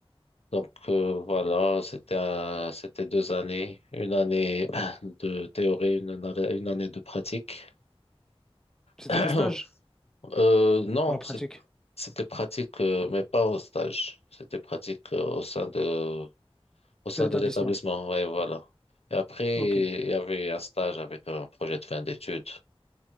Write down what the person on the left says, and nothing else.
Donc euh, voilà, c'était un- c'était deux années, une année <clears throat> de théorie, une, année- une année de pratique.
<clears throat>
Euh, non,
c'est- c'était pratique, euh, mais pas au stage. C'était pratique euh, au sein de au sein
de l'établissement. Ouais, voilà. Et après,
il y avait un stage avec un projet de fin d'études.